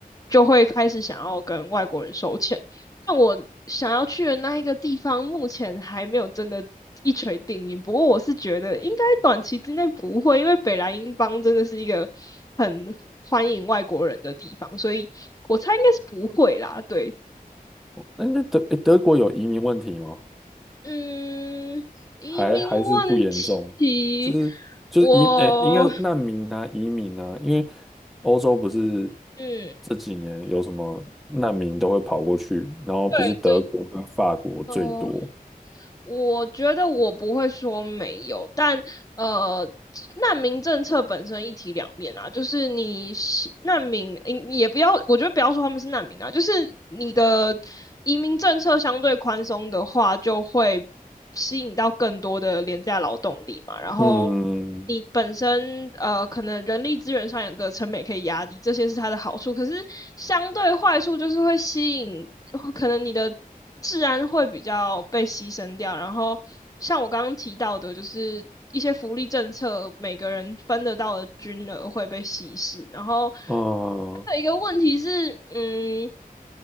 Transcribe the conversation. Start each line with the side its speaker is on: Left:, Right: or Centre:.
Left: 就会开始想要跟外国人收钱。但我想要去的那一个地方，目前还没有真的一锤定音。不过我是觉得应该短期之内不会，因为北莱茵邦真的是一个很欢迎外国人的地方，所以我猜应该是不会啦。对，
Centre: 哎，那德诶德国有移民问题吗？
Left: 嗯，移民问题，
Centre: 还还是不严重？就是就是移诶，
Left: 我，
Centre: 应该是难民啊，移民啊，因为欧洲不是
Left: 嗯，
Centre: 这几年有什么难民都会跑过去，然后不是德国跟法国最多。
Left: 对对，哦、我觉得我不会说没有，但呃，难民政策本身一体两面啊，就是你难民，嗯也不要，我觉得不要说他们是难民啊，就是你的移民政策相对宽松的话，就会吸引到更多的廉价劳动力嘛，然后
Centre: 嗯，
Left: 你本身呃，可能人力资源上的成本可以压低，这些是它的好处。可是相对坏处就是会吸引，可能你的治安会比较被牺牲掉。然后像我刚刚提到的，就是一些福利政策，每个人分得到的均额会被稀释。然后
Centre: 啊，哦，
Left: 还有一个问题是，嗯，